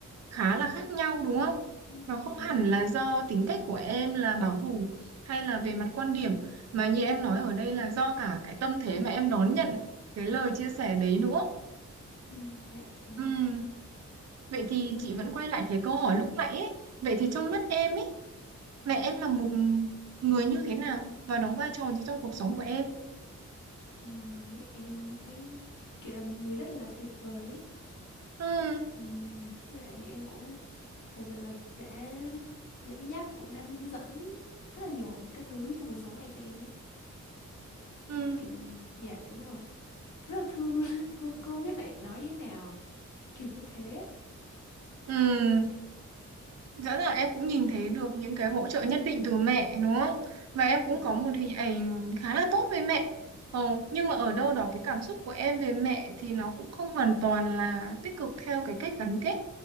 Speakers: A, on the right; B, on the left.
A: khá là khác nhau đúng không?
B: Ừ,
A: Nó
B: dạ
A: không
B: đúng
A: hẳn
B: rồi.
A: là do tính cách của em là bảo thủ hay là về mặt quan điểm mà như em nói ở đây là do cả cái tâm thế mà em đón nhận cái lời chia sẻ đấy nữa.
B: Ừ, dạ đúng
A: Ừm,
B: rồi.
A: Vậy thì
B: Em,
A: chị vẫn quay lại cái câu hỏi lúc nãy ấy. Vậy thì trong mắt em ấy, mẹ em là một người như thế nào và đóng vai trò gì trong cuộc sống của em?
B: ừ, mẹ em em thấy kiểu là một người rất là tuyệt vời ấy.
A: Ừm,
B: Ừ, với lại mẹ em cũng thật sự là đã dẫn dắt cũng đã hướng dẫn rất là nhiều cái thứ trong cuộc sống này cho em ấy.
A: ừm,
B: kiểu dạ đúng rồi rất là thương luôn <laughs> không, không biết phải nói thế nào kiểu như thế
A: ừm. rõ ràng em cũng nhìn thấy được những cái hỗ trợ nhất định từ mẹ đúng không? Và em cũng
B: dạ
A: có
B: đúng
A: một
B: rồi
A: hình ảnh khá là tốt với mẹ. Ờ, nhưng mà ở đâu đó cái cảm xúc của em về mẹ thì nó cũng không hoàn toàn là tích cực theo cái cách gắn kết.